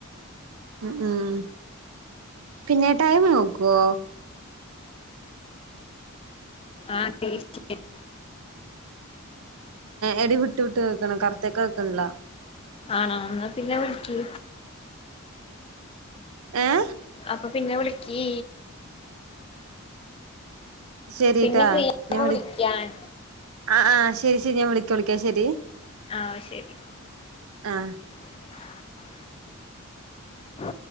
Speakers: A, on the right; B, on the left.
A: ഉഅ ഉം പിന്നെ ടൈം നോക്കുവോ
B: ആഹ് <unintelligible>
A: എടി വിട്ടു വിട്ട് കേക്കണ് കറക്ട് കേക്കണില്ല
B: ആണോ എന്നാ പിന്നെ വിളിക്ക
A: ഏഹ്
B: അപ്പൊ പിന്നെ വിളിക്കി
A: ശെരിട്ടാ
B: പിന്നെ ഫ്രീ ആവുമ്പോ
A: ഞാൻ വിള
B: വിളിക്ക് ഞാൻ
A: ആഹ് ആഹ് ശരി ശരി ഞാൻ വിളിക്ക വിളിക്കാം ശരി
B: ആഹ് ശരി
A: ആഹ്
B: <inaudible> ആ